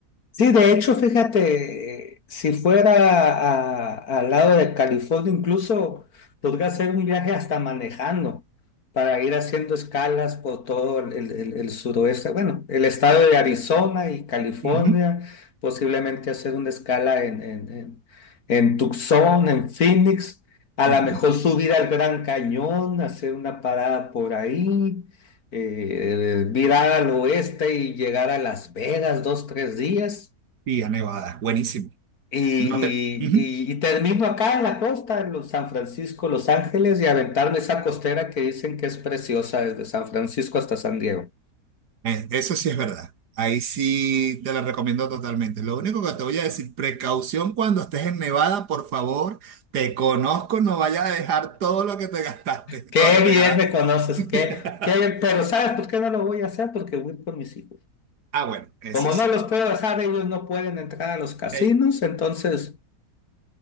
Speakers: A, on the left (about 65°); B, on the right (about 80°).
A: Sí, de hecho, fíjate, si fuera a- al lado de California, incluso podría hacer un viaje hasta manejando para ir haciendo escalas por todo el, el- el- el suroeste, bueno, el estado de Arizona y California,
B: Ujú,
A: posiblemente hacer una escala en, en, en, en Tucson, en Phoenix, a
B: ujú.
A: lo mejor subir al Gran Cañón, hacer una parada por ahí, eh, virar al oeste y llegar a Las Vegas dos, tres días.
B: Y a Nevada, buenísimo.
A: Y, y,
B: No te, ujú.
A: y- y termino acá en la costa, en los San Francisco, Los Ángeles, y aventarme esa costera que dicen que es preciosa desde San Francisco hasta San Diego.
B: Eh, Eso sí es verdad. Ahí sí te la recomiendo totalmente. Lo único que te voy a decir, precaución cuando estés en Nevada, por favor, te conozco, no vayas a dejar todo lo que te gastaste,
A: Qué
B: lo que te
A: bien
B: ganaste.
A: me conoces,
B: <laughs>
A: qué, qué bien, pero ¿sabes por qué no lo voy a hacer? Porque voy con mis hijos.
B: Ah, bueno, eso
A: Como
B: sí.
A: no los puedo dejar, ellos no pueden entrar a los casinos,
B: Eh,
A: entonces,